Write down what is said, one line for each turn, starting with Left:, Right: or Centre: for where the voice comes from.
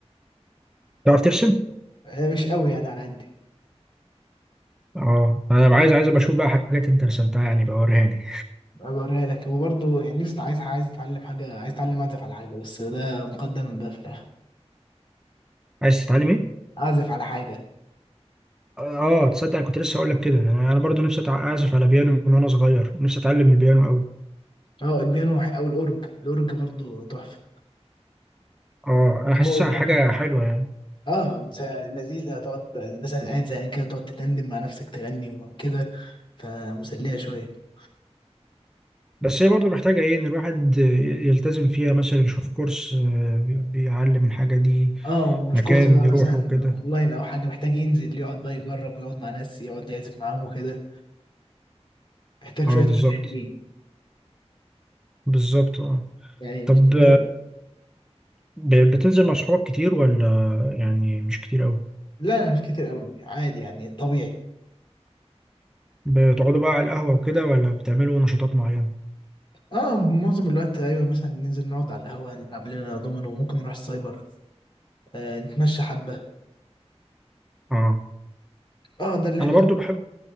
Centre: تعرف ترسم؟
Left: آه، مش قوي يعني على قدي
Centre: اه أنا عايز عايز أبقى أشوف بقى حاجات أنت رسمتها يعني بقى وريهاني
Left: بوريها لك وبرضه يعني نفسي عايز عايز اتعلم حاجه عايز اتعلم اعزف على حاجه بس ده مقدم من ده في الاخر
Centre: عايز تتعلم إيه؟
Left: اعزف على حاجه
Centre: اه تصدق أنا كنت لسه أقول لك كده أنا أنا برضه نفسي أتع- أعزف على بيانو من وأنا صغير نفسي أتعلم البيانو أوي
Left: اه البيانو ح- او الاورج الاورج برضه تحفه
Centre: اه أنا حاسسها
Left: هو كمان
Centre: حاجة حلوة يعني
Left: اه مس- لذيذ هتقعد مثلا قاعد زهقان كده تقعد تتندم مع نفسك تغني وكده فمسليه شويه
Centre: بس هي برضه محتاجة إيه إن الواحد يلتزم فيها مثلا يشوف كورس آه، بي- بيعلم الحاجة دي
Left: اه ومش
Centre: مكان
Left: كورس بقى
Centre: يروحه
Left: مثلا
Centre: كده
Left: اونلاين او حاجه محتاج ينزل يقعد بقى يجرب ويقعد مع ناس يقعد يعزف معاهم وكده محتاج
Centre: اه
Left: شويه
Centre: بالظبط
Left: وقت حلوين
Centre: بالظبط اه
Left: يعني
Centre: طب
Left: مش دي لا
Centre: ب- بتنزل مع صحابك كتير ولا يعني مش كتير قوي
Left: لا مش كتير قوي عادي يعني طبيعي
Centre: بتقعدوا بقى على القهوة وكده ولا بتعملوا نشاطات معينة
Left: اه معظم الوقت ايوه مثلا ننزل نقعد على القهوه نلعب لنا دومينو ممكن نروح السايبر آه نتمشى حبه
Centre: اه
Left: اه ده اللي احنا
Centre: انا برضو بحب